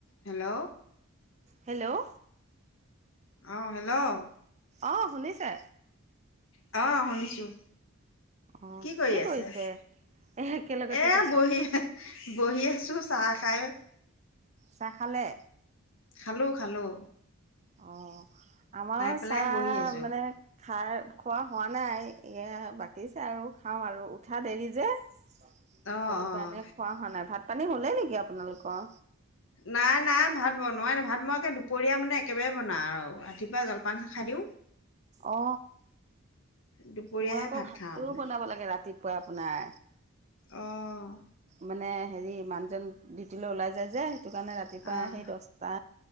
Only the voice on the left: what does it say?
Hello?
অ, hello?
অ, শুনিছোঁ।
কি কৰি আছে?
এ
বহি বহি আছো, চাহ খাই।
খালো, খালো।
পেলাই
বহি আছোঁ
অঁ অঁ
নাই নাই ভাত বনোৱাই নাই ভাত মই একে দুপৰীয়া মানে একেবাৰে বনাওঁ আৰু ৰাতিপুৱা জলপান খাই দিওঁ।
দুপৰীয়াহে
ভাত
খাওঁ মানে
অ,
অঁ